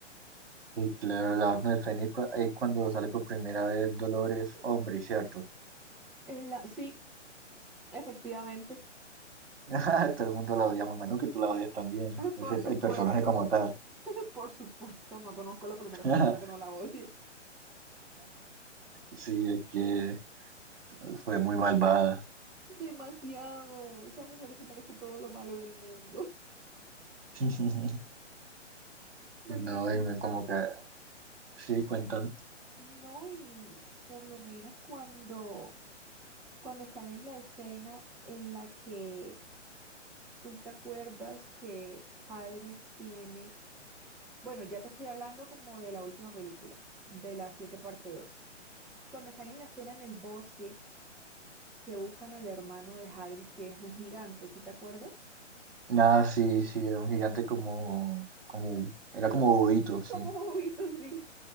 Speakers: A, on the right; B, in the centre.
A: Y claro, la Orden del Fénix cua- ahí cuando sale por primera vez Dolores, hombre, ¿cierto?
B: En la- sí, efectivamente.
A: <laughs> Ah, Todo el mundo la odiamos, menos que tú la odias también,
B: Ay,
A: es
B: Por
A: el,
B: supuesto,
A: el personaje como tal.
B: <laughs> por supuesto, no conozco a la primera
A: <laughs>
B: persona que no la odie.
A: Sí, es que fue muy malvada.
B: Demasiado. Esa mujer se merece todo lo malo del mundo. <laughs>
A: <laughs>
B: Bueno,
A: No,
B: y
A: y me- como que, sí, cuentan.
B: no, y por lo menos cuando... cuando están en la escena en la que tú te acuerdas que Hagrid tiene, bueno, ya te estoy hablando como de la última película, de la 7 parte 2. Cuando están en la escena en el bosque que buscan al hermano de Hagrid, que es un gigante, ¿sí te acuerdas?
A: Nada, sí, sí, era un gigante como, como, era como bobito,
B: <laughs>
A: sí.
B: Como juguito, sí.